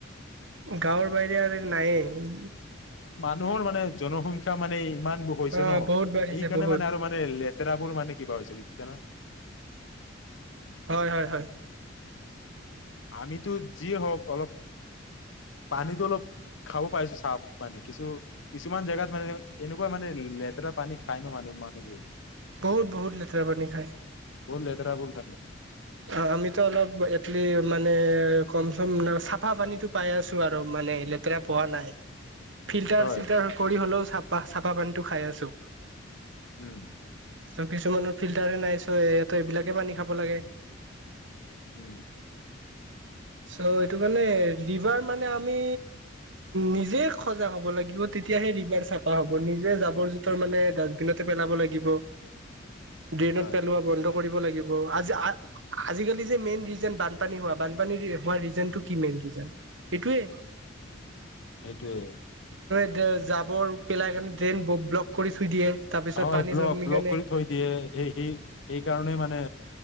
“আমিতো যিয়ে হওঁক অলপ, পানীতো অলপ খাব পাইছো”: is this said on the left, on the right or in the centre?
Left